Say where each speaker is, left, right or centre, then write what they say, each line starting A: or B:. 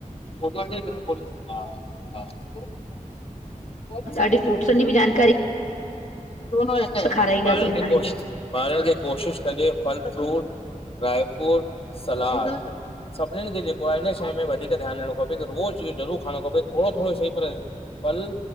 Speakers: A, on the left (about 40°); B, on the left (about 60°).
A: <unintelligible> बस
B: अॼ फ्रुटसन ॿि जान
A: दोन व जी
B: खाराईंदासीं हाणे
A: गोष <unintelligible> ॿारन खे कोशिश कजे फल फ्रूट, ड्राईफ्रूट सलाद सभिन खे जेको आये इन शइ में वधिक तोखे ध्यान ॾियणो खपे रोज़ इयो जरूर खाइण खपे थोरो- थोरो सी पर फल,